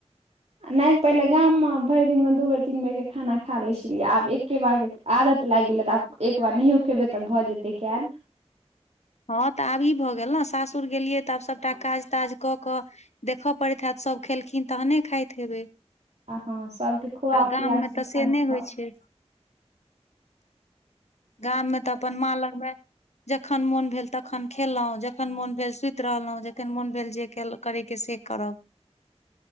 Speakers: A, on the right (about 70°); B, on the left (about 75°).
A: नहि पहिले गाममे भरि दिनमे दू बेर तीन बेरके खाना खा लै छलियै आब एक्के बार आदत लाइग गेलै तऽ आब एकबार नहियो खेबै तब भऽ जेतै कैल।
B: हँ तऽ आब ई भऽ गेल नऽ सासुर गेलियै तऽ आब सबटा काज ताज कऽ कऽ देखऽ पड़ैत हैत सब खेलखिन तहने खाइत हेबै।
A: आ हँ सबके खुआ
B: आ गाममे
A: पिया के
B: तऽ
A: खाना
B: से नहि
A: खाउ
B: होइ छै। गाम में तऽ अपन माँ लगमे जखन मोन भेल तखन खेलौं जखन मोन भेल सुति रहलौं जखन मोन भेल जे केल करैके से करब